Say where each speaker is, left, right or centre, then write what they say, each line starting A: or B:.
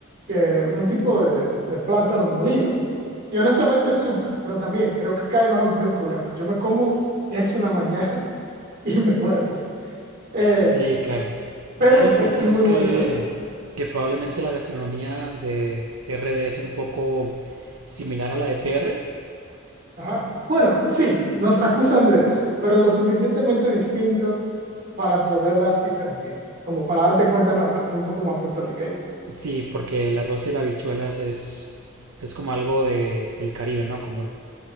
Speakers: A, on the right; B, on the right.
A: que es un tipo de, de plátano molido. Y honestamente es súper, pero también creo que cae bajo el mismo problema. Yo me como eso en la mañana <laughs> y me duermo. Eh,
B: Sí, claro.
A: pero
B: Me da la impresión
A: es un muy
B: que,
A: buen desayuno.
B: que probablemente la gastronomía de RD es un poco similar a la de PR.
A: Ajá. Bueno, sí, nos acusan de eso, pero lo suficientemente distinto para poderlas diferenciar, como para darte cuenta, no, no, esto es un poco más puertorriqueño.
B: Sí, porque el arroz y las habichuelas es, es como algo de, del Caribe, ¿no? Común.